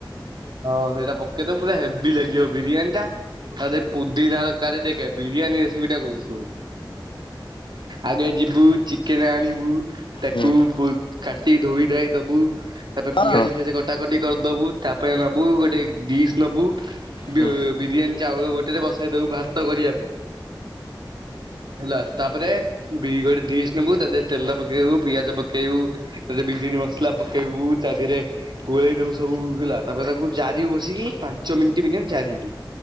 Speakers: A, on the right; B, on the left.
A: ହଁ ସେଇଟା ପକେଇଦବୁ ପୁରା ହେଭି ଲାଗିବ ବିରିୟାନୀ ଟା ତା ଧେରେ ପୁଦିନା ଦରକାର୍ ଦେଖେ ବିରିୟାନି ରେସିପି ଟା କହୁଛି ଶୁଣୁ ଆଗେ ଯିବୁ ଚିକେନ ଆଣିବୁ ତାକୁ
B: ହୁଁ
A: କୁ କାଟି ଧୋଇ ଧାଇ ଦବୁ ତାପରେ ପିଆଜ
B: ହଁ
A: ଫିଆଜ କଟାକଟି କରିଦବୁ ତା ଟେ ନବୁ ଗୋଟେ ଡିସ୍ ନବୁ ବି
B: ହୁଁ
A: ବିରିୟାନୀ ଚାଉଳ ଗୋଟେ ଟରେ ବସେଇଦବୁ ଭାତ କରିବା ପାଇଁ ହେଲା ତାପରେ ବି ଗୋଟେ ଡିସ୍ ନବୁ ତାଦେରେ ତେଲ ପକେଇବୁ ପିଆଜ ପକେଇବୁ ତାଦେରେ ବିରିୟାନି ମସଲା ପକେଇବୁ ତା ଦେହରେ ଗୋଳେଇ ଦବୁ ସବୁ ହେଲା ତାପରେ ତାକୁ ଯାରିବୁ ବସିକି ପାଞ୍ଚ ମିନିଟ ମିନିୟମ ଯାରିବୁ